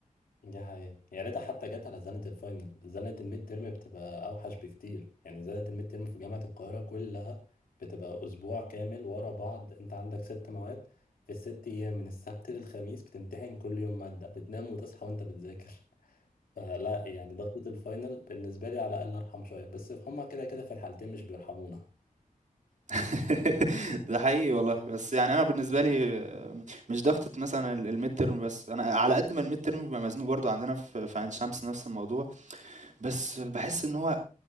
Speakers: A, on the left (about 80°); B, on the right (about 55°).
A: دي حقيقة يا ريتها حتى جت على زنة الفاينل زنة الميد تيرم بتبقى أوحش بكتير يعني زنة الميد تيرم في جامعة القاهرة كلها بتبقى أسبوع كامل ورا بعض أنت عندك ست مواد في الست أيام من السبت للخميس بتمتحن كل يوم مادة بتنام وتصحى وأنت بتذاكر <laughs> فلا يعني ضغطة الفاينل بالنسبة لي على الأقل أرحم شوية بس هما كده كده في الحالتين مش بيرحمونا
B: <laughs> ده حقيقي والله بس يعني انا بالنسبه لي آه، مش ضغطه مثلا الميد ترم بس انا على قد ما الميد ترم بيبقى مزنوق برضو عندنا في في عين شمس نفس الموضوع بس باحس إن هو